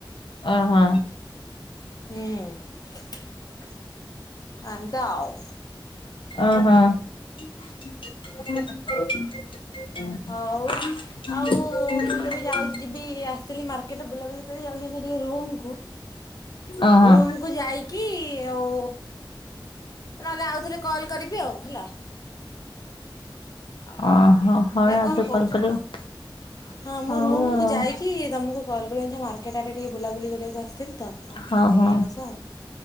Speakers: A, on the left (about 80°); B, on the left (about 45°).
A: ଓହୋ।
B: ହୁଁ ଏମିତି ଆଉ।
A: <inaudible> ଓହୋ। <unintelligible>
B: ହଉ। ଆଉ ମୁଁ ତେବେ ଯାଉଛି ଯିବି ଆସିଥିଲି ମାର୍କେଟ ବୁଲାବୁଲି କରି ଯାଉଛି ଅଇଖା ଟିକେ ରୁମକୁ।
A: ଓହୋ।
B: ରୁମକୁୁ ଯାଇକି ଆଉ ନହେଲେ ଆଉଥରେ କଲ୍ କରିବି ଆଉ ହେଲା।
A: ଓହୋ ହଁ ହଉ ନହେଲେ
B: ନା
A: ଆଉଥରେ
B: କଣ କହୁଛ?
A: କଲ୍ କରିବ।
B: ହଁ ମୁଁ
A: ହଉ
B: ରୁମକୁୁ
A: ଆଉ।
B: ଯାଇକି ତମୁକୁ କଲ୍ କରିବି। ଅଇଛା ମାର୍କେଟ ଆଡେ ଟିକେ ବୁଲାବୁଲି କରିବାକୁ ଆସିଥିଲି ତ। ସାଙ୍ଗ
A: ହଁ ହଁ
B: ପିଲାଙ୍କ ସହ